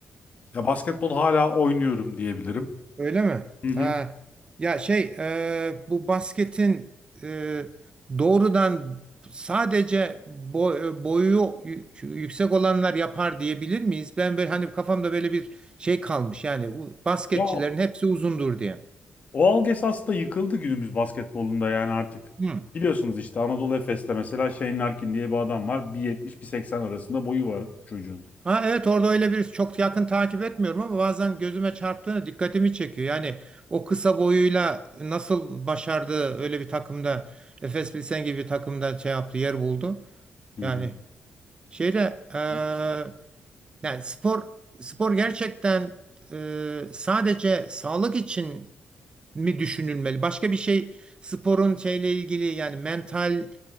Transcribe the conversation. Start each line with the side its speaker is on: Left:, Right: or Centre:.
Left: Ya basketbol hala oynuyorum diyebilirim.
Right: Öyle mi?
Left: Hı hı.
Right: Ha. Ya şey e, bu basketin e, doğrudan sadece bo- e, boyu yü- yüksek olanlar yapar diyebilir miyiz? Ben böyle hani kafamda böyle bir şey kalmış yani bu basketçilerin
Left: Ya
Right: hepsi uzundur diye.
Left: o algı esasında yıkıldı günümüz basketbolunda yani artık.
Right: Hı.
Left: Biliyorsunuz işte Anadolu Efes'te mesela Shane Larkin diye bir adam var. bir bir 180 arasında boyu var çocuğun.
Right: Ha evet orada öyle bir çok yakın takip etmiyorum ama bazen gözüme çarptığında dikkatimi çekiyor. Yani o kısa boyuyla nasıl başardı öyle bir takımda Efes Pilsen gibi bir takımda şey yaptı yer buldu.
Left: Hı
Right: Yani şeyde eee,
Left: hı.
Right: yani spor spor gerçekten eee, sadece sağlık için mi düşünülmeli? Başka bir şey sporun şeyle ilgili yani mental